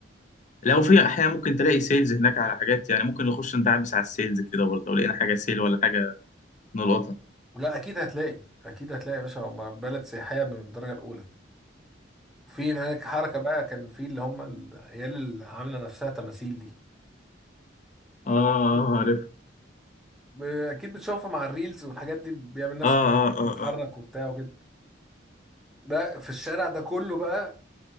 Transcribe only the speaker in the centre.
لا اكيد هتلاقي اكيد هتلاقي يا باشا هما بلد سياحيه من الدرجه الاولى وفي هناك حركه بقى كان في اللي هم العيال اللي عامله نفسها تماثيل دي
عارفهم
ب- اكيد بتشوفها مع الريلز والحاجات دي بيعمل نفسه
بيتحرك
وبتاع وكده ده في الشارع ده كله بقى